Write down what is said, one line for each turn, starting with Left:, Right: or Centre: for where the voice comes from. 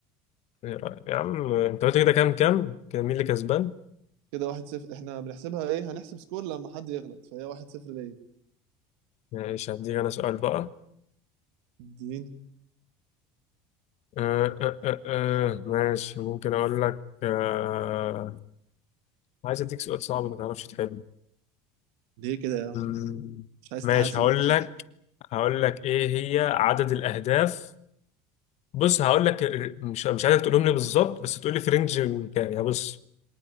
Left: إيه رأيك؟ يا عم أنت قلت كده كام كام؟ كان مين اللي كسبان؟
Right: كده واحد صفر احنا بنحسبها ايه هنحسب سكور لما حد يغلط فهي واحد صفر ليا
Left: ماشي هديك أنا سؤال بقى
Right: اديني
Left: آه آه آه آه ماشي ممكن أقول لك آه عايز أديك سؤال صعب ما تعرفش تحله
Right: ليه كده يا عم
Left: مم.
Right: مش عايز
Left: ماشي
Right: تحاسب
Left: هقول
Right: انت شكلك
Left: لك هقول لك إيه هي عدد الأهداف بص هقول لك ال- مش مش عايزك تقولهم لي بالظبط بس تقول لي في رينج من كام يعني بص